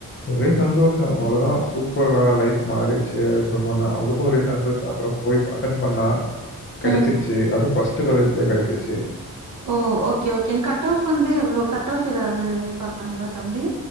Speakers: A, on the left; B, on the right.
A: ஒரே சந்தோஷோ அவ்ளோதான் சூப்பரா லைஃப் மாரிருச்சு அப்புறமா நா அவளுக்கு ஒரே சந்தோஷம் அப்றோ போய் அட்டன் பண்ணா கெடச்சிருச்சு
B: ம்.
A: அதுவு ஃபஸ்ட்டு காலேஜ்லேயே கெடச்சிருச்சு
B: ஓ ஓகே ஓகேங் கட் ஆஃப் வந்து எவ்ளோ கட் ஆஃப் ஏதாவ்து பாத்தாங்களா தம்பி